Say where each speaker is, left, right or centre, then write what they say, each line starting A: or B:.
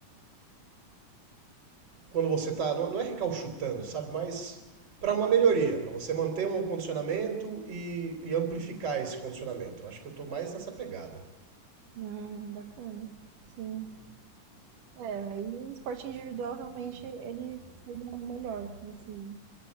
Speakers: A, on the right; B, on the right.
A: Quando você está. Não, não é recalchutando, sabe? Mas para uma melhoria, para você manter um condicionamento e, e amplificar esse condicionamento. Eu Acho que eu estou mais nessa pegada.
B: Hum, bacana. Sim. É, aí o esporte individual realmente ele seria o melhor, assim,